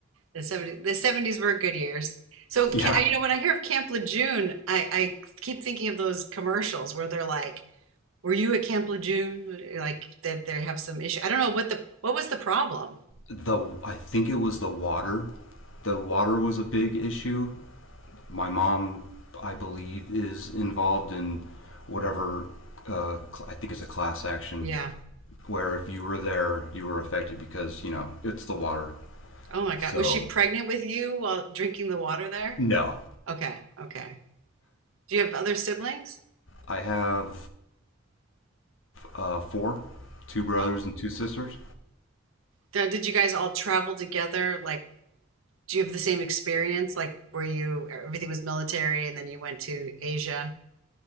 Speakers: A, on the right; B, on the left.
A: The 70, the 70s were good years. So ca-
B: Yeah.
A: you know when I hear of Camp Lejeune, I I keep thinking of those commercials where they're like, "Were you at Camp Lejeune?" Like that they have some issue. I don't know what the what was the problem.
B: The I think it was the water. The water was a big issue My mom, I believe, is involved in whatever uh, I think it's a class action
A: Yeah.
B: where if you were there, you were affected because you know it's the water.
A: Oh my God.
B: So
A: Was she pregnant with you while drinking the water there?
B: no,
A: Okay. Okay. Do you have other siblings?
B: I have uh, four, two brothers
A: Oh.
B: and two sisters.
A: D- Did you guys all travel together? Like, do you have the same experience? Like, were you, everything was military and then you went to Asia?